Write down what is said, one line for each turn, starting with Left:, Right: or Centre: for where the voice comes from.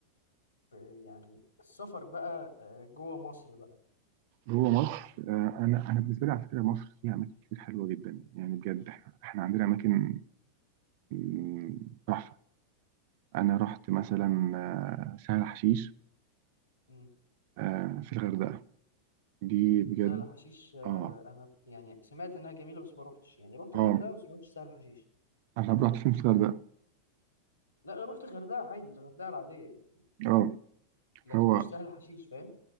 Left: في يعني السفر بقى آه، جوه مصر بقى
Right: جوه مصر آه، انا انا بالنسبه لي على فكره مصر فيها اماكن كتير حلوه جدا يعني بجد احنا احنا عندنا اماكن مم، تحفه انا رحت مثلا آه، سهل حشيش
Left: امم
Right: آه، في الغردقه دي بجد
Left: سهل حشيش آه،
Right: اه
Left: انا يعني سمعت انها جميله بس ما روحتش يعني روحت
Right: اه
Left: غردقه بس ما روحتش سهل حشيش
Right: انا رحت فين في الغردقه
Left: لا روحت غردقه عادي الغردقه العاديه يعني
Right: اه
Left: لكن
Right: هو
Left: مش سهل حشيش فاهم